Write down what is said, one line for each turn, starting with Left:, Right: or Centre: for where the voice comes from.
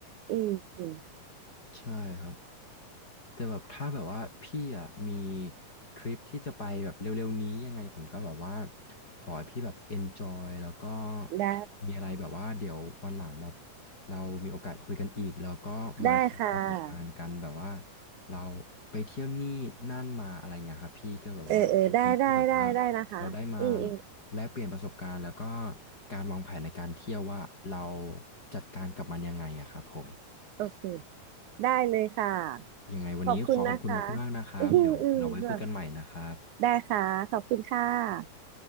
Right: อืมอืม
Left: ใช่ครับ แต่แบบถ้าแบบว่าพี่อ่ะมีทริปที่จะไปแบบเร็วๆนี้ยังไงผมก็แบบว่าขอให้พี่แบบ enjoy แล้วก็
Right: ได้
Left: มีอะไรแบบว่าเดี๋ยววันหลังแบบเรามีโอกาสคุยกันอีกแล้วก็มาถึงประสบการณ์กันแบบว่า
Right: ได้ค่ะ
Left: เราไปเที่ยวนี่นั่นมาอะไรเงี้ยครับพี่ก็แบบว่ายินดีที่แบบว่า
Right: เออเออได้ได้ได้ได้นะคะอืมอืม
Left: เราได้มาแลกเปลี่ยนประสบการณ์แล้วก็การวางแผนในการเที่ยวว่าเราจัดการกับมันยังไงอะครับผม
Right: โอเคได้เลยค่ะ
Left: ยังไงวันนี้ขอขอบคุณมากๆนะครับเดี๋ยวเราไว้คุยกันใหม่นะครับ
Right: ขอบคุณนะคะ <laughs> อืมอืมแบบได้ค่ะ ขอบคุณค่ะ